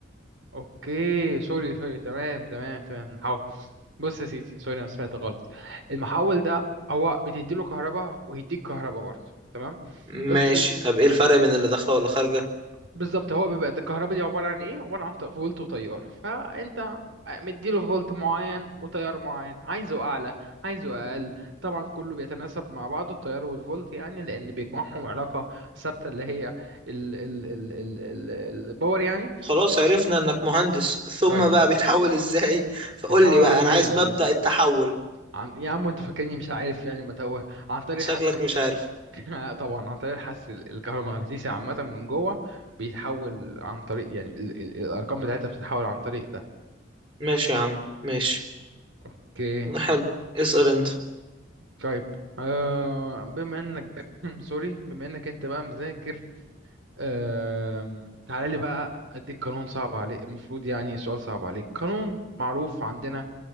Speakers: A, on the right (about 80°); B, on the right (about 25°).
A: اوكي سوري سوري تمام تمام تمام محول بص يا سيدي سوري انا سمعت غلط المحول ده هو بتدي له كهرباء ويديك كهرباء برضه تمام
B: ماشي
A: بس
B: طب ايه الفرق بين اللي داخله ولا خارجه
A: بالظبط هو بيبقى الكهرباء دي عبارة عن ايه عبارة عن ط- فولت وتيار فانت مديله فولت معين وتيار معين عايزه اعلى عايزه اقل طبعا كله بيتناسب مع بعضه التيار والفولت يعني لان بيجمعهم علاقة ثابتة اللي هي ال ال ال ال ال الباور يعني
B: خلاص عرفنا انك مهندس ثم
A: طيب
B: بقى بيتحول ازاي فقول
A: بتحاول
B: لي بقى
A: عن طريق
B: انا عايز
A: ال
B: مبدأ التحول
A: عن يا عم انت فاكرني مش عارف يعني متوه عن طريق
B: شكلك
A: الحس الك-
B: مش عارف
A: <laughs> طبعا عن طريق الحس ال- الكهرومغناطيسي عامة من جوه بيتحول عن طريق يعني ال- ال- الارقام بتاعتها بتتحول عن طريق ده
B: ماشي يا عم ماشي
A: اوكي
B: حلو اسأل انت
A: طيب آه بما انك <clears throat> سوري بما انك انت بقى مذاكر آه تعالى لي بقى اديك قانون صعب عليك المفروض يعني سؤال صعب عليك قانون معروف عندنا